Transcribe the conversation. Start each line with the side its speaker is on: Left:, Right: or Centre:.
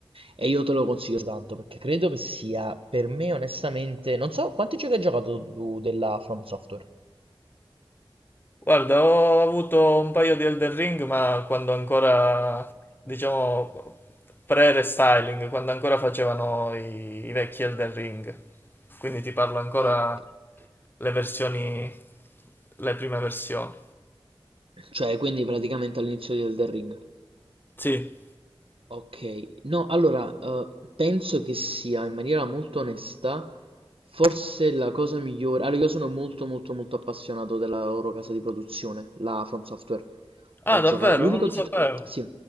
Right: E io te lo consiglio tanto perché credo che sia per me onestamente, non so quanti giochi hai giocato tu della From Software.
Left: Guarda, ho avuto un paio di Elden Ring, ma quando ancora,
Right: Ok,
Left: diciamo, pre-restyling, quando ancora facevano i, i vecchi Elden Ring. Quindi ti parlo ancora
Right: ok.
Left: le versioni, le prime versioni.
Right: Cioè, quindi praticamente all'inizio di Elden Ring.
Left: Sì.
Right: Ok, no, allora eh, penso che sia in maniera molto onesta, forse la cosa migliore. Allora, io sono molto, molto, molto appassionato della loro casa di produzione, la From Software.
Left: Ah,
Right: Ho
Left: davvero?
Right: giocato. L'unico
Left: Non lo
Right: titolo.
Left: sapevo.
Right: Sì,